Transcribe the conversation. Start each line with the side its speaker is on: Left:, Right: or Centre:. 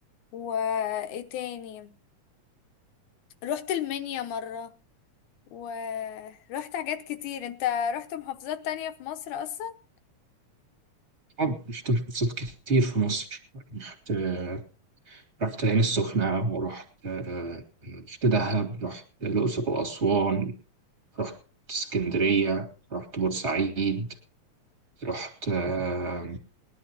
Left: وايه تاني رحت المنيا مرة ورحت حاجات كتير انت رحت محافظات تانية في مصر اصلا
Right: اه رحت محافظات كتير في مصر رحت آه، رحت العين السخنة ورحت آه، رحت دهب رحت الأقصر وأسوان رحت اسكندرية رحت بورسعيد رحت آه،